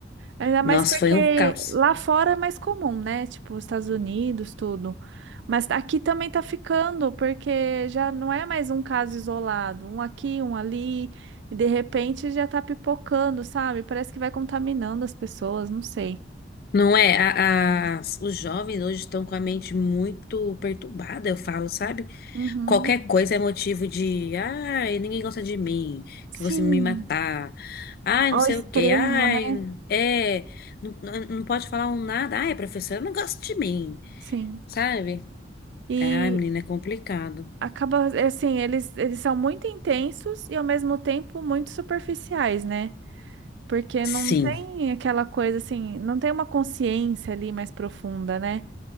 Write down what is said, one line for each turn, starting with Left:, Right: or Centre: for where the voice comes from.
Right: Ainda mais
Left: Nossa,
Right: porque
Left: foi um caos.
Right: lá fora é mais comum, né? Tipo, os Estados Unidos, tudo. Mas aqui também tá ficando, porque já não é mais um caso isolado, um aqui, um ali, e de repente já tá pipocando, sabe? Parece que vai contaminando as pessoas, não sei.
Left: Não é? A- as- os jovens hoje estão com a mente muito perturbada, eu falo, sabe?
Right: Uhum.
Left: Qualquer coisa é motivo de, ai, ninguém gosta de mim,
Right: Sim,
Left: que você me matar, ai,
Right: ao
Left: não sei
Right: extremo,
Left: o quê, ai,
Right: né?
Left: é, não, não não pode falar um nada, ai, professora, não gosta de mim,
Right: Sim.
Left: sabe?
Right: E
Left: É, Ai, menina, é complicado.
Right: acaba, é assim, eles, eles são muito intensos e ao mesmo tempo muito superficiais, né? Porque
Left: Sim,
Right: não tem aquela coisa assim, não tem uma consciência ali mais profunda, né?